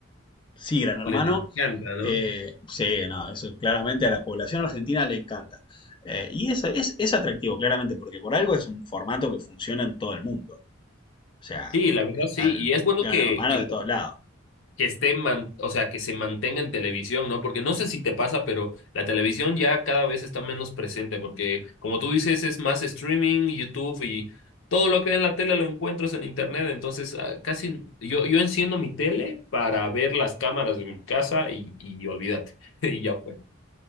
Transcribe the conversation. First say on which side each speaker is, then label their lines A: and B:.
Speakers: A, on the left; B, on the left.
A: Sí, Gran Hermano.
B: les encanta, ¿no?
A: Eh, sí, no, eso claramente a la población argentina le encanta. Eh, y eso es, es atractivo, claramente, porque por algo es un formato que funciona en todo el mundo. O sea,
B: Sí, la verdad
A: está
B: sí,
A: el
B: y es bueno
A: Gran
B: que,
A: Hermano
B: que,
A: de todos lados.
B: que esté, man- o sea, que se mantenga en televisión, ¿no? Porque no sé si te pasa, pero la televisión ya cada vez está menos presente, porque como tú dices, es más streaming, YouTube y todo lo que hay en la tele lo encuentras en internet, entonces ah, casi yo, yo enciendo mi tele para ver las cámaras de mi casa y, y olvídate, <laughs> y ya fue.